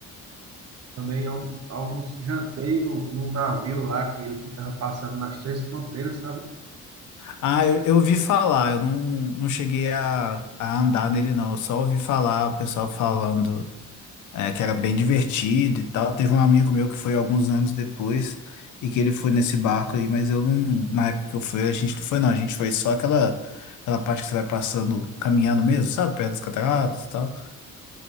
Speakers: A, on the right (about 55°); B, on the left (about 75°).
A: Também almo, almoço, jantei no, num navio lá, que ele ficava passando nas três fronteiras, sabe?
B: Ah, eu, eu ouvi falar, eu não, não cheguei a, a andar nele, não. Eu só ouvi falar o pessoal falando É, que era bem divertido e tal. Teve um amigo meu que foi alguns anos depois e que ele foi nesse barco aí, mas eu não. Na época que eu fui, a gente não foi, não. A gente foi só aquela, aquela parte que você vai passando, caminhando mesmo, sabe? Perto das cataratas e tal.